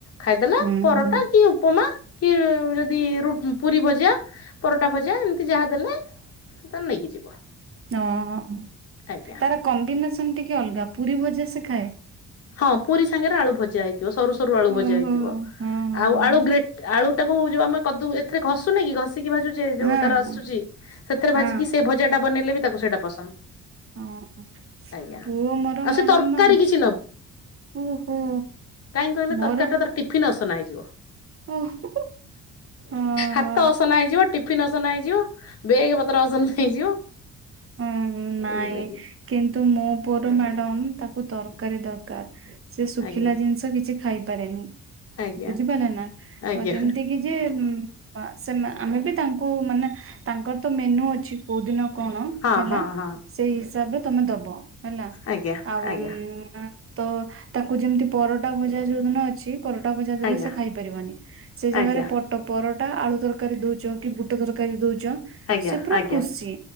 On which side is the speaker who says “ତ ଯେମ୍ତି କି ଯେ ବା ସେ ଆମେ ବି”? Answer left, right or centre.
Right